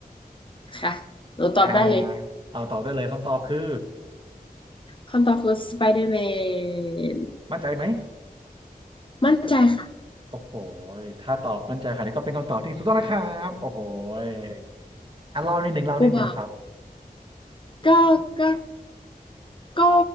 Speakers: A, on the left (about 35°); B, on the right (about 30°).
A: ค่ะหนูตอบได้เลย
B: อ่าเอาตอบได้เลยคำตอบคือ
A: คำตอบคือสไปเดอร์แมน
B: มั่นใจไหม
A: มั่นใจค่ะ
B: โอ้โหยถ้าตอบมั่นใจค่ะนี่ก็เป็นคำตอบที่ถูกต้องนะครับโอ้โหยอ่ะเล่านิดหนึ่งเล่านิดหนึ่งครับ
A: <laughs> ผู้บ่าวก็ก็ ก็